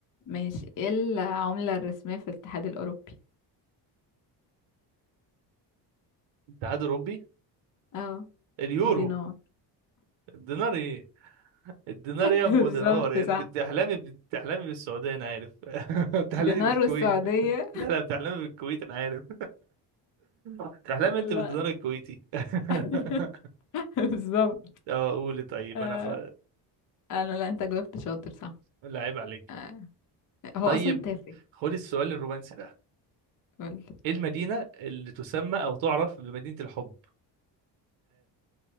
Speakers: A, on the left; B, on the right.
A: ماشي ايه العملة الرسمية في الاتحاد الاوروبي
B: الاتحاد الاوروبي
A: اه
B: اليورو
A: الدينار
B: الدينار ايه الدينار
A: <laughs>
B: يا ام
A: بالظبط
B: دينار
A: صح
B: انت بتحلمي بتحلمي بالسعوديه انا عارف <laughs> بتحلمي
A: دينار
B: بالكويت
A: والسعودية
B: لا لا بتحلمي بالكويت انا عارف بتحلمي
A: <laughs>
B: انت
A: لا
B: بالدينار الكويتي
A: <laughs>
B: <laughs>
A: بالظبط
B: اه قولي طيب
A: آه.
B: انا خ...
A: انا لا انت جاوبت شاطر صح
B: لا عيب عليك
A: آه. هو
B: طيب
A: اصلا تافه
B: خدي السؤال الرومانسي ده
A: قول
B: ايه المدينه اللي تسمى او تعرف بمدينه الحب